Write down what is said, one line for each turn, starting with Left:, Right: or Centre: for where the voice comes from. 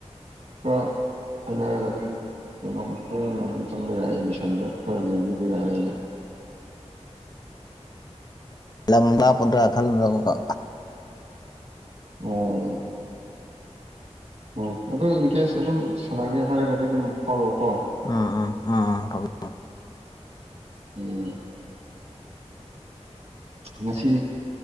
Right: ꯈꯔ ꯍꯥꯏꯅꯔꯒ ꯑꯗꯨꯝ ꯀꯩꯅꯣꯝ ꯍꯣꯡꯅ ꯑꯗꯨꯝ ꯆꯪꯕ ꯌꯥꯏ ꯑꯦꯗꯃꯤꯁꯟꯗ ꯈꯔ ꯌꯦꯡꯕꯤꯕ ꯌꯥꯏ ꯍꯥꯏꯅ
Left: ꯂꯝꯗꯄꯗ꯭ꯔꯥ ꯈꯜꯕ <unintelligible>
Right: ꯑꯣ ꯑꯣ ꯑꯗꯣ ꯏꯟ ꯀꯦꯁ ꯑꯗꯨꯝ ꯁꯥꯟꯅꯒꯦ ꯍꯥꯏꯔꯒꯗꯤ ꯑꯗꯨꯝ ꯐꯥꯎꯔꯛꯑꯣ ꯀꯣ
Left: ꯎꯝ ꯎꯝ ꯎꯝ ꯎ
Right: ꯎꯝ ꯉꯁꯤ